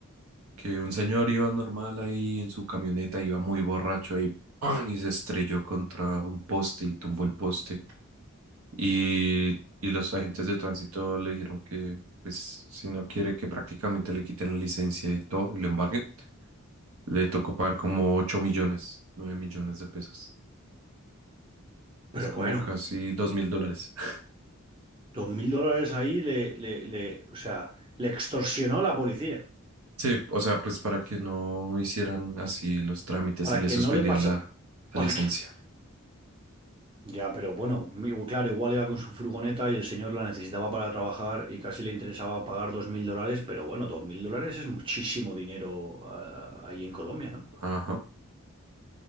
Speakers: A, on the right; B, on the right.
A: que un señor iba normal ahí en su camioneta, iba muy borracho ahí, ¡pam! y se estrelló contra un poste y tumbó el poste. Y, y los agentes de tránsito le dijeron que, pues, si no quiere que prácticamente le quiten la licencia y todo, y le embarguen, le tocó pagar como 8 millones, 9 millones de pesos.
B: Pero
A: Es como
B: bueno,
A: casi dos mil dólares. <laughs>
B: Dos mil dólares ahí le, le, le- o sea, le extorsionó la policía
A: Sí, o sea, pues para que no hicieran así los trámites
B: para
A: y le
B: que
A: suspendían
B: no le pasa,
A: la,
B: <laughs>
A: la
B: para
A: licencia.
B: que no, ya, pero bueno, mi- claro, igual iba con su furgoneta y el señor la necesitaba para trabajar y casi le interesaba pagar dos mil dólares, pero bueno, dos mil dólares es muchísimo dinero ah, ahí en Colombia, ¿no?
A: Ajá.